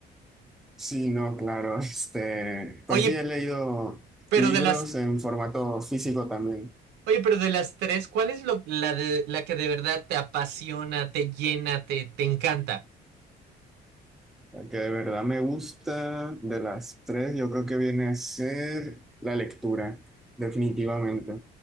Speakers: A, in the centre; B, on the right.
A: Sí, no, claro. <laughs> Este, pues
B: Oye,
A: sí, he leído
B: pero
A: libros
B: de las
A: en formato físico también.
B: Oye, pero de las tres, ¿cuál es lo- la, de- la que de verdad te apasiona, te llena, te, te encanta?
A: La que de verdad me gusta de las tres, yo creo que viene a ser la lectura, definitivamente.